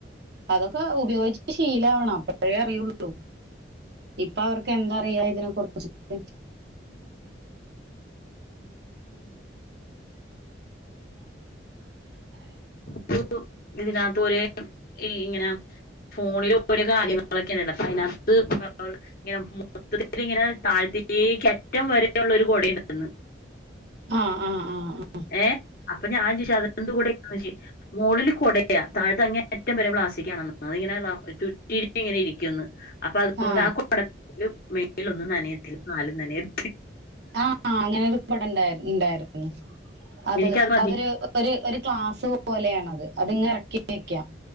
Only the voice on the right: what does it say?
അതൊക്കെ ഉപയോഗിച്ച് ശീലാവണം അപ്പഴേ അറിയുള്ളൂ ഇപ്പവർക്ക് എന്തറിയാ ഇതിനെ കുറിച്ചിട്ട്
<inaudible>
ആഹ് ആഹ് ആഹ്
ആ
ആഹ് ആഹ് അങ്ങനെ ഒരു കൊടണ്ടാരു ഉണ്ടാരുന്നു അത്
അതൊരു ഒര് ഒര് ക്ലാസ് പോലെയാണത് അത് ഇങ്ങ് എറക്കി. ക്കിവെയ്ക്കാ